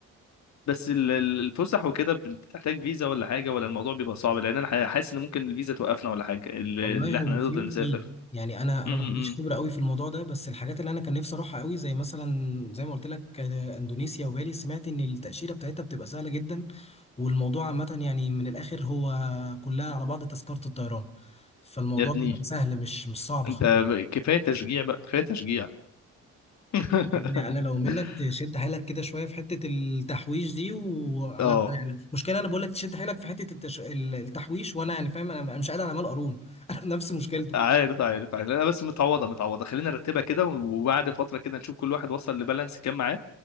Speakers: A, on the left; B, on the left.
A: بس ال- ال- الفسح وكده بتحتاج فيزا ولا حاجه ولا الموضوع بيبقى صعب لان انا ح- حاسس ان ممكن الفيزا توقفنا ولا حاجه اللي
B: والله
A: اللي
B: هو
A: احنا
B: في
A: نقدر
B: وفي
A: نسافر
B: يعني انا
A: م-
B: انا
A: م-
B: ما عنديش خبره
A: م.
B: قوي في الموضوع ده بس الحاجات اللي انا كان نفسي اروحها قوي زي مثلا زي ما قلت لك آه، اندونيسيا وبالي سمعت ان التاشيره بتاعتها بتبقى سهله جدا والموضوع عامه يعني من الاخر هو كلها على بعض تذكره الطيران فالموضوع
A: يا ابني
B: بيبقى سهل مش مش صعب
A: انت
B: خالص
A: ب- كفايه تشجيع بقى كفايه تشجيع <laughs>
B: يعني انا لو منك تشد حيلك كده شويه في حته التحويش دي وعلى
A: اه
B: يعني مشكله انا بقول لك تشد حيلك في حته التش... ال- التحويش وانا يعني فاهم انا أنا مش قادر على مال قارون <laughs> انا نفس مشكلتك
A: عارف عارف عارف لا بس متعوضه متعوضه خلينا نرتبها كده وبعد فتره كده نشوف كل واحد وصل لبالانس كام معاه